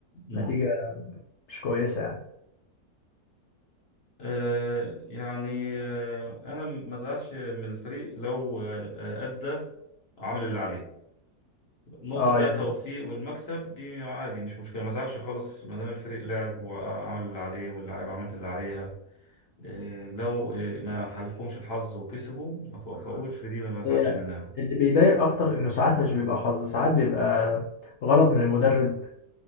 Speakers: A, on the left (about 45°); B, on the left (about 75°).
A: مم.
B: نتيجة مش كويسة يعني
A: آه، يعني آه، انا ما زعلش من الفريق لو آه، آه، ادى وعمل اللي عليه نقطة
B: اه
A: بقى
B: يعني
A: التوفيق والمكسب دي عادي مش مشكلة ما زعلش خالص ما دام الفريق لعب وعمل اللي عليه واللاعيبة عملت اللي عليها آه، لو آه، ما حلفهمش الحظ وكسبوا ما توفقوش في دي ما زعلش
B: هي
A: منها
B: اللي بيضايق اكتر انه ساعات مش بيبقى حظ ساعات بيبقى غلط من المدرب